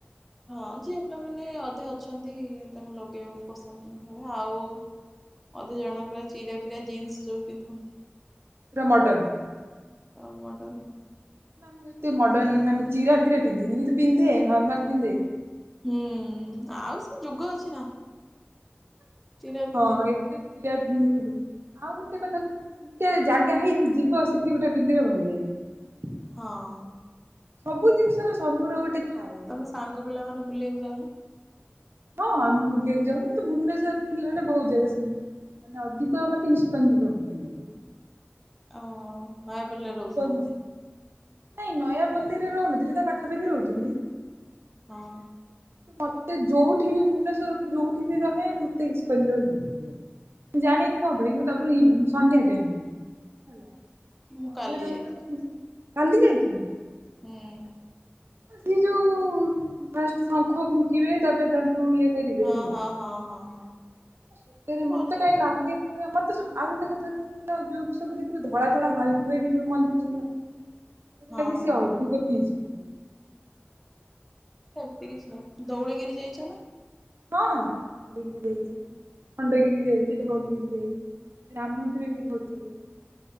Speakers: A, in the centre; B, on the right (about 70°).
A: ହଁ ଝିଅ ପିଲାମାନେ ଅଧେ ଅଛନ୍ତି ତାଙ୍କୁ ଲଗେଇବାକୁ ପସନ୍ଦ କରେ ଆଉ ମଧେ ଜଣ ପୁରା ଚିରା ଫିରା ଜିନ୍ସ ଯୋଉ ପିନ୍ଧନ୍ତି।
B: ପୁରା ମଡ଼ନ।
A: ଆଉ ମଡ଼ନ।
B: ନା ମୁଁ ଏତେ ମଡର୍ଣ ମାନେ ଚିରା ଫିରା ପିନ୍ଧିନି କିନ୍ତୁ ପିଧେ ନର୍ମାଲ ପିନ୍ଧେ।
A: ହୁଁ ଆଉ ସେ ଯୁଗ ଅଛି ନା। ଚିରା ପିନ୍ଧିବ
B: ହଁ ଏତେ ଚିଆ ପିନ୍ଧିକି ବୁଲିବୁ ଆଉ ଗୋଟେ କଥା କୁ ସେଟା ଜାଗା ହେଇକି ଯିବ ସେଠି ଗୋଟେ ପିନ୍ଧିବା ଭଲ ଲାଗିବ।
A: ହଁ।
B: ସବୁ ଜିନିଷର ସବୁର ଗୋଟେ ଥାଏ ହେଲା
A: ତମେ ସାଙ୍ଗ ପିଲା ମାନେ ବୁଲିବାକୁ ଯାଉ ନା।
B: ହଁ ଆମ ବୁଲିବାକୁ ଯାଉ, ମୁଁ ତ ଭୁବନେଶ୍ୱରରେ ଥିଲା ବେଳେ ବହୁତ ଜାଗା ସବୁ। ମାନେ ଅଧିକ ମୋତେ ଇସ୍କନ ଯିବାକୁ ଭଲ ଲାଗେ।
A: ଓହୋ, ନୟାପଲ୍ଲୀ ରେ
B: ଇସ୍କନ
A: ରହୁଥିଲ ବୋଧେ?
B: ନାଇଁ ନୟାପଲ୍ଲୀରେ ରହୁନଥିଲି, ତା ପାଖାପାଖି ରହୁଥିଲି।
A: ହଁ।
B: ମୋତେ ଯୋଉଠି ବି ଭୁବନେଶ୍ବର ରେ ଯୋଉଠି ବି ରହେ ମୋତେ ଇସ୍କନ ଯିବାକୁ ବହୁତ ଭଲ <inaudible> ମୁଁ ଜାଣିନି କଣ ପାଇଁ? ମୁଁ ତା ପୁଣି ଇ- ସନ୍ଧ୍ୟା ଟାଇମ୍ ରେ। ସନ୍ଧ୍ୟା
A: ମୁଁ କାଲି
B: ଟାଇମ୍
A: ଯାଇଥିଲି
B: ରେ ମୁଁ ଇସ୍, କାଲି ଯାଇଥିଲି ମୁଁ।
A: ହୁଁ
B: ସିଏ ଯୋଉ ଫାଷ୍ଟ ଶଙ୍ଖ ଫୁଙ୍କିବେ ତାପରେ ତାଙ୍କୁ ଇଏ କରିବେ
A: ହଁ
B: ହେଲା,
A: ହଁ ହଁ ହଁ ହଁ
B: ସତରେ ମୋତେ
A: ଭଲ
B: କାଇଁ ଲାଗେ
A: ଆଉ
B: ର-ମୋତେ ସବୁ ଆଉ ଗୋଟେ କଥା କଣ କହିଲ ଯୋଉଠି ସବୁ ଦେଖିବ ଧଳା ଧଳା ହ୍ୱାଇଟ୍ ହ୍ୱାଇଟ୍ ଯୋଉ ମନ୍ଦିର ସବୁ ନ <inaudible> ମୋତେ
A: ହଁ
B: ଲାଗେ ସିଏ ଅଧିକ ପିସ୍ ଫୁଲ୍।
A: ସେମିତି କିଛି ନାହିଁ, ଧଉଳିଗିରି ଯାଇଛ ନା?
B: ହଁ ଧଉଳଗିରି ଯାଇଛି। ଖଣ୍ଡଗିରି ଯାଇଚି, ଧଉଡଳିଗିରି ଯାଇଛି, ରାମ ମନ୍ଦିର ବି ବହୁତ ଥର ଯାଇଛି।